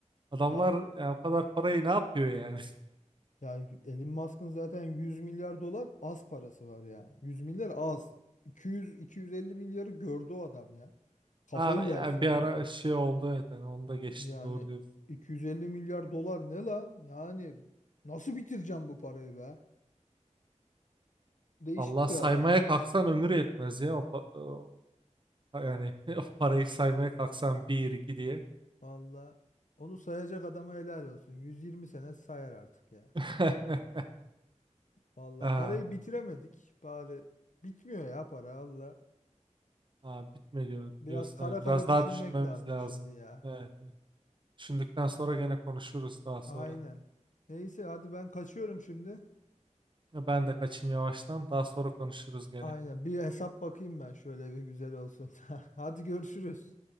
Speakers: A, on the right; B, on the left.
A: adamlar
B: Ya
A: yani o kadar parayı ne yapıyor yani
B: ya Elon Musk'ın zaten 100 milyar dolar az parası var ya. 100 milyar az. 200 250 milyarı gördü o adam ya. Kafayı
A: Ha, ya
B: yersin
A: bir
B: yani.
A: ara şey oldu evet yani onu da geçti
B: Yani
A: doğru diyorsun.
B: 250 milyar dolar ne lan? Yani nasıl bitireceğim bu parayı be? Değişik
A: Allah saymaya
B: bir adam.
A: kalksan ömür yetmez ya o, pa- o- yani <laughs> o parayı saymaya kalksan bir iki diye.
B: Valla onu sayacak adama helal olsun. 120 sene sayar artık ya.
A: <laughs>
B: Valla
A: Ha,
B: parayı bitiremedik. Bari bitmiyor ya para valla.
A: ha, bitmiyor
B: Biraz
A: diyorsun
B: kara
A: hani
B: kara
A: biraz
B: düşünmek
A: daha düşünmemiz
B: lazım
A: lazım.
B: şimdi ya.
A: Evet. evet. Düşündükten sonra gene konuşuruz daha sonra.
B: Aynen. Neyse hadi ben kaçıyorum şimdi.
A: Ben de kaçayım yavaştan daha sonra konuşuruz gene.
B: Aynen bir hesap bakayım ben şöyle bir güzel olsun. <laughs> Hadi görüşürüz.